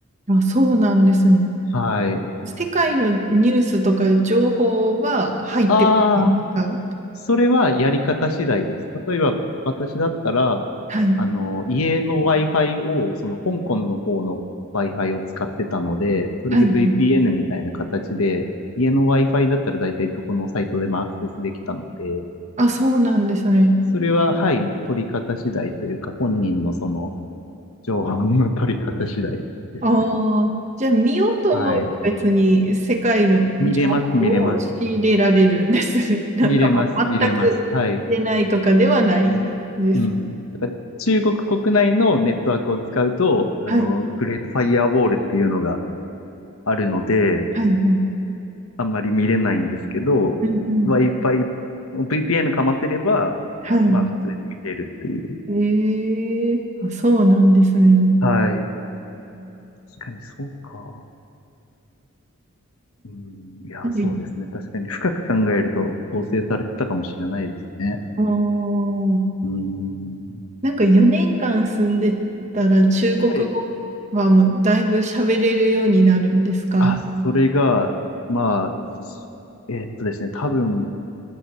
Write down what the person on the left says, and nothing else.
はい。
ああ。それはやり方次第です。例えば、私だったら、
あの、家の Wi-Fi を、その香港の方の Wi-Fi を使ってたので、それで
VPN みたいな形で、家の Wi-Fi だったら大体どこのサイトでもアクセスできたので、
それは、はうい、ん取り方次第というか、本人のその、情報の取り方次第ですね。
はい。見れます、見れます。
見れます、見れます。はい。うん。だから中国国内のネットワークを使うと、あの、
グレートファイアウォールっていうのがあるので、
あんまり見れないんですけど、
Wi-Fi、VPN かませれば、
まあ普通に見れるっていう。
はい。確かにそうか。うん。いや、
そうですね。確かに深く考えると統制されてたかもしれないですね。
うん。
はい。あ、それが、まあ、えーっとですね、多分、